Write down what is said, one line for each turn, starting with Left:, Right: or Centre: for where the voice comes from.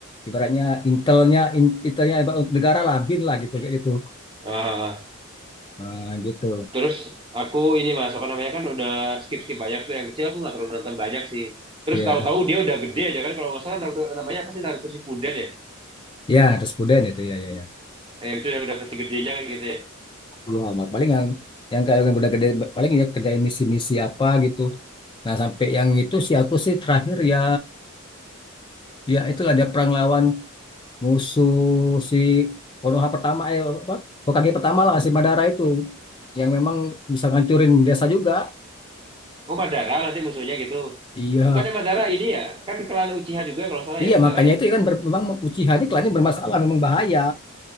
Left: ibaratnya intelnya intelnya ibarat negara lah bin lah gitu kayak gitu
Right: ah, ah.
Left: Nah, gitu
Right: Terus aku ini mas apa namanya kan udah skip skip banyak tuh yang kecil aku nggak terlalu nonton banyak sih. Terus
Left: ya
Right: tahu-tahu dia udah gede aja kan kalau nggak salah Naruto, namanya apa sih Naruto Shippuden ya?
Left: Ya, terus Puden itu ya ya ya.
Right: Eh, Yang itu yang udah versi gedenya kan gitu ya.
Left: Ya, Mat. Paling yang yang kayak yang udah gede paling ya kerjain misi-misi apa gitu. Nah, sampai yang itu sih aku sih terakhir ya ya itulah ada perang lawan musuh si Konoha pertama eh apa? Hokage pertama lah si Madara itu yang memang bisa ngancurin desa juga.
Right: Oh Madara nanti musuhnya gitu.
Left: Iya.
Right: Bukannya Madara ini ya? Kan klan Uchiha juga kalau salah
Left: Iya,
Right: ya Madara
Left: makanya
Right: ya.
Left: itu kan ber- memang Uchiha ini kelihatannya bermasalah, memang bahaya.